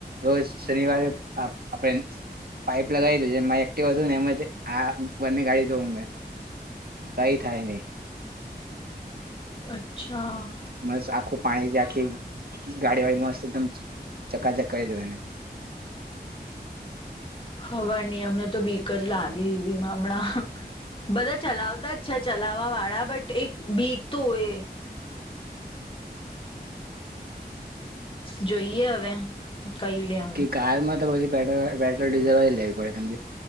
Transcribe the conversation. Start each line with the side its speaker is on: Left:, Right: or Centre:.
Right: રોજ શનિવારે આપ આપણે પાઈપ લગાવી દઈએ એમા એક્ટિવા ધોઉંને એમાં આ બંને ગાડી ધોઉં મે કઈ થાય નહિ.
Left: અચ્છા. હા
Right: મસ્ત આખું પાણીથી આખી ગાડી વાડી મસ્ત એકદમ ચકાચક કરી દઉં એને.
Left: ખબર નહી અમને તો બીક જ લાગી એવીમાં હમણાં બધા ચલાવતા જ છે ચલાવવા વાળા બટ એક બીક તો હોય. જોઈએ હવે. કઈ લે હું
Right: કે કારમાં તો પછી પેટ્રોલવાડી પેટ્રોલ ડીઝલ જ લેવી કેમ કે